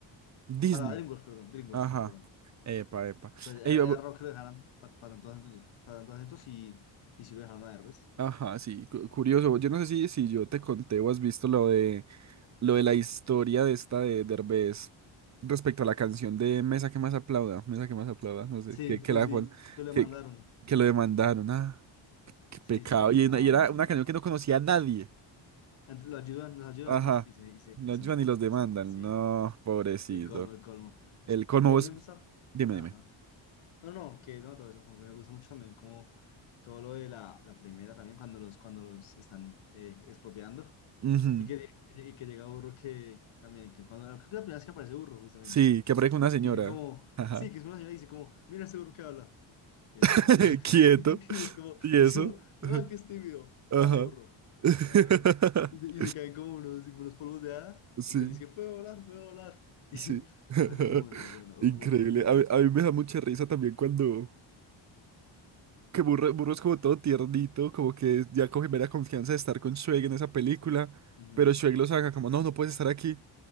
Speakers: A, on the right; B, on the left.
A: Disney.
B: para DreamWorks, perdón, DreamWorks,
A: Ajá.
B: perdón,
A: Epa, epa.
B: pues era,
A: Ey, bu-
B: era raro que lo dejaran para tanto, acento- pa tanto acento, y, y si lo dejaron a Derbez,
A: Ajá, sí, cu- curioso. Yo no sé si, si yo te conté o has visto lo de lo de la historia de esta de Derbez respecto a la canción de Mesa que más aplauda, Mesa que más aplauda, no sé,
B: sí,
A: que, que
B: sí,
A: la
B: sí,
A: pon-
B: que le
A: que,
B: mandaron.
A: que lo demandaron. Ah, qué
B: Sí,
A: pecado.
B: sí, sí,
A: Y,
B: no,
A: y era
B: no,
A: una
B: no.
A: canción que no conocía a nadie.
B: Ant- Lo ayudan, los ayudan
A: Ajá.
B: y, se, y se, y se
A: Lo
B: y se
A: ayudan
B: empujan.
A: y los demandan.
B: Sí, sí, sí.
A: No, pobrecito.
B: El colmo, el colmo.
A: El colmo
B: A mí
A: vos.
B: me gusta.
A: Dime,
B: Ajá.
A: dime.
B: No, no, que no, todo eso, como que me gusta mucho también, como todo lo de la, la primera también, cuando los, cuando los están eh, expropiando.
A: Ujú.
B: Y que, y que llega Burro que también, que cuando, creo que la primera vez que aparece Burro, justamente.
A: Sí, que aparezca una señora.
B: Y dicen como,
A: Ajá.
B: sí, que es una señora y dice como, mira ese Burro que habla. y
A: <laughs>
B: no habla.
A: Quieto.
B: <laughs> Y es como,
A: ¿Y eso?
B: y es como, no,
A: <laughs>
B: es que es tímido.
A: Ajá.
B: Ah, la borró.
A: <laughs>
B: No habla. Y, se y se caen como unos, como unos polvos de hada
A: Sí,
B: y se le dice puedo volar, puedo volar. <laughs>
A: sí. <laughs>
B: Y me parece muy, muy bueno. O
A: Increíble.
B: burro en general.
A: A mí, a mí me da mucha risa también cuando... Que Burro, Burro es como todo tiernito, como que ya coge mera confianza de estar con Shrek en esa película,
B: Ujú.
A: pero Shrek lo saca como, no, no puedes estar aquí.